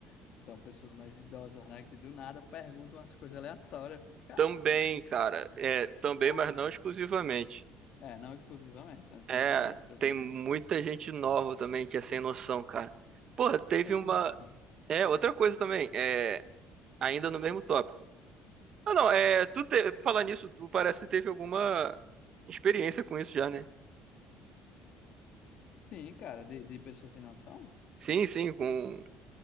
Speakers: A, on the left; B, on the right.
A: são pessoas mais idosas, né? Que do nada perguntam umas coisas aleatórias. Eu fico, Cara,
B: Também,
A: tipo,
B: cara, é, também,
A: porra.
B: mas não exclusivamente.
A: É, não exclusivamente, não exclusivamente.
B: É,
A: Tô assim,
B: tem muita gente nova também que é sem noção, cara. Porra, teve
A: sem
B: uma.
A: noção.
B: É, outra coisa também, é, ainda no mesmo tópico. Ah, não, é, tu te... falar nisso, tu parece que teve alguma experiência com isso já, né?
A: Sim, cara, de, de pessoas sem noção?
B: Sim, sim, com